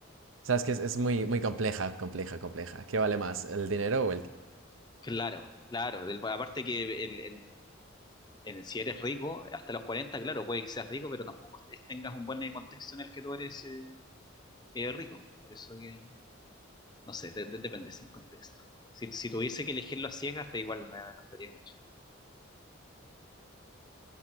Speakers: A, on the right; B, on the left.
A: sea, es que es, es muy, muy compleja, compleja, compleja. ¿Qué vale más, el dinero
B: Claro, claro. del- aparte que el- el- el- si eres rico, hasta los 40, claro, puede que seas rico, pero tampoco es- tengas un buen contexto en el que tú eres eh, eh, rico. Por eso que, no sé, de- de- depende, sin contexto. Si, si tuviese que elegirlo a ciegas, da igual me, me costaría mucho.